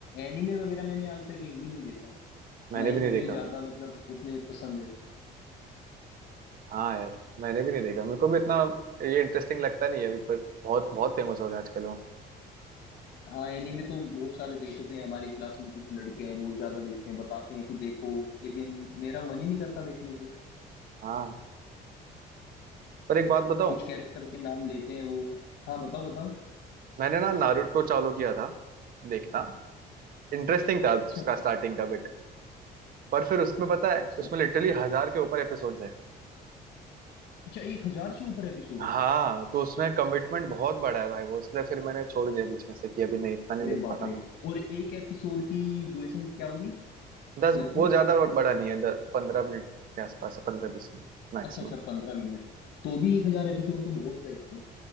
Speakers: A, on the left (about 75°); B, on the right (about 60°).
A: एनीमे वगैरह मैंने आज तक एक भी नहीं देखा
B: मैंने
A: ना
B: भी
A: ही मुझे
B: नहीं देखा
A: ज्यादा
B: भाई
A: मतलब उतने पसंद है
B: हाँ यार मैंने भी नहीं देखा मेरे को भी इतना ये इंटरेस्टिंग लगता नहीं है अभी पर बहुत बहुत फेमस हो गया आजकल वो
A: हाँ एनीमे तो बहुत सारे देखते हैं हमारी क्लास में कुछ लड़के हैं बहुत ज्यादा देखते हैं बताते हैं कि देखो लेकिन मेरा मन ही नहीं करता देखने को
B: हाँ पर एक बात बताऊं
A: कुछ कैरेक्टर के नाम लेते हैं वो हाँ बताओ बताओ
B: मैंने ना नारुतो चालू किया था देखना इंटरेस्टिंग था
A: अच्छा
B: उसका
A: अच्छा
B: स्टार्टिंग का बिट पर फिर उसमें पता है
A: अच्छा
B: उसमें लिटरली हजार के ऊपर एपिसोड
A: अच्छा एक हजार से ऊपर एपिसोड
B: हाँ तो उसमें कमिटमेंट बहुत बड़ा है भाई वो इसलिए फिर मैंने छोड़ दिया बीच में से कि अभी नहीं इतना नहीं
A: अरे
B: देख
A: बाप
B: पाता
A: रे
B: मैं
A: और एक एपिसोड की ड्यूरेशन क्या होगी
B: दस
A: लगभग
B: वो ज्यादा बड़ा नहीं है दस पंद्रह मिनट के आसपास है पंद्रह बीस मिनट मैक्सिमम
A: अच्छा अच्छा पंद्रह मिनट तो भी एक हजार एपिसोड तो बहुत बेस्ट है।